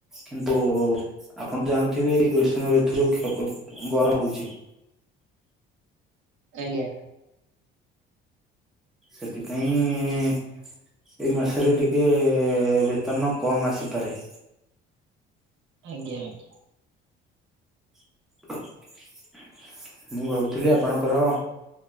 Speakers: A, in the centre; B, on the right.
A: କିନ୍ତୁ ଆପଣ ତ ଜାଣିଥିବେ ଏଇ ଗ୍ରୀଷ୍ମ ଋତୁରେ କ୍ଷକ ଗରମ ହଉଛି।
B: ଆଜ୍ଞା।
A: ସେଥିପାଇଁ ଏଇ ମାସରେ ଟିକେ ବେତନ କମ୍ ଆସିପାରେ।
B: ଆଜ୍ଞା ଆଜ୍ଞା।
A: <inaudible> ମୁଁ ଭାବୁଥିଲି ଆପଣଙ୍କର